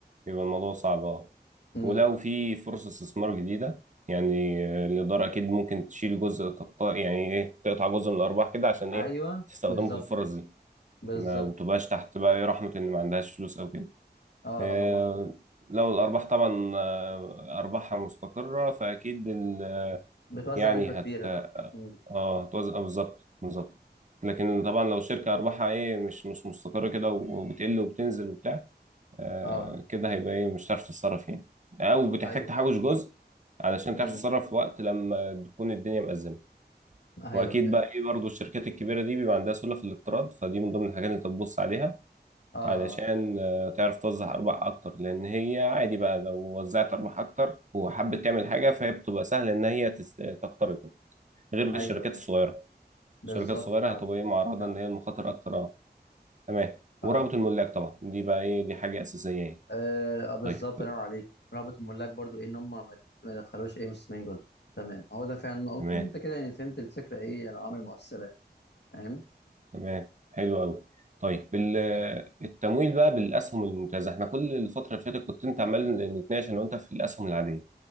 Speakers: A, on the right; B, on the left.
A: بيبقى الموضوع صعب اه
B: فاهم
A: ولو في فرصة استثمار جديدة يعني آه، الإدارة أكيد ممكن تشيل جزء تقطع يعني إيه تقطع جزء من الأرباح كده عشان
B: ايوه
A: إيه تستخدمه
B: بالظبط
A: في الفرص
B: كده
A: دي
B: بالظبط
A: ما تبقاش تحت بقى إيه رحمة إن ما عندهاش فلوس أو كده
B: اه
A: آه،
B: آه، مظبوط
A: لو الأرباح طبعا آه، أرباحها مستقرة فأكيد ال-
B: بتوزع
A: يعني
B: نسبه كبيره
A: هت
B: اه مم.
A: اه هتوزع آه، بالظبط بالظبط لكن طبعا لو شركة أرباحها إيه مش مش مستقرة كده وبتقل وبتنزل وبتاع آه،
B: اه
A: كده هيبقى ايه مش هتعرف تتصرف يعني او بتحتاج
B: ايوه
A: تحوش
B: ايوه
A: جزء علشان
B: مم.
A: تعرف تتصرف وقت لما تكون الدنيا مأزمة
B: ايوه
A: واكيد
B: فهمت
A: بقى ايه برضو الشركات الكبيره دي بيبقى عندها سله في الاقتراض فدي من ضمن الحاجات اللي انت تبص عليها
B: اه
A: علشان
B: اه
A: آه، تعرف توزع ارباح اكتر لان هي عادي بقى لو وزعت ارباح اكتر وحبت تعمل حاجه فهي بتبقى سهل ان هي تس- تقترض غير
B: ايوه
A: الشركات الصغيره
B: ايوه بالظبط
A: الشركات الصغيره
B: فعلا
A: هتبقى ايه معرضه
B: فعلا
A: ان هي المخاطر اكتر اه تمام
B: اه
A: ورغبه الملاك طبعا دي بقى ايه دي حاجه اساسيه يعني
B: اه آه، بالظبط
A: طيب
B: الله ينور عليك رغبه الملاك برضو ايه ان هم ما يت- ما يدخلوش ايه مستثمرين جدد تمام هو ده فعلا اللي أنا
A: تمام
B: قلته انت كده يعني فهمت الفكره ايه يعني العوامل المؤثره يعني فاهم
A: تمام حلو قوي طيب ال-
B: مم.
A: التمويل بقى بالاسهم الممتازه احنا كل الفتره اللي فاتت كنت انت عمال نتناقش انا وانت في الاسهم العاديه